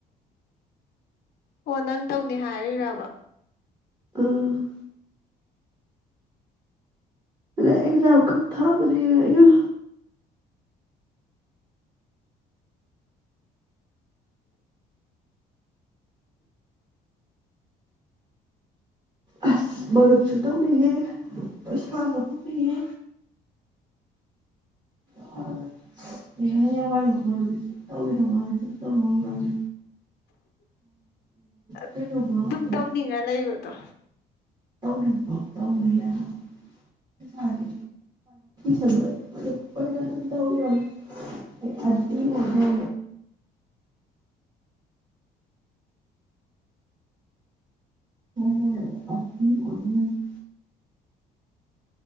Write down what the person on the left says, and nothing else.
ꯑꯣ ꯅꯪ ꯇꯧꯅꯤ ꯍꯥꯏꯔꯤꯔꯕ
ꯑꯗꯨꯝ
ꯇꯧꯅꯤꯡꯉ ꯂꯩꯕꯗꯣ